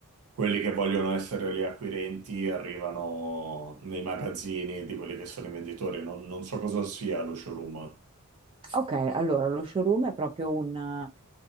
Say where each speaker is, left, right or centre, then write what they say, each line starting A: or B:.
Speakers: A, on the right (about 85°); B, on the right (about 25°).
A: quelli che vogliono essere gli acquirenti arrivano nei magazzini di quelli che sono i venditori, non, non so cosa sia lo showroom.
B: Ok, allora lo showroom è proprio un... eh,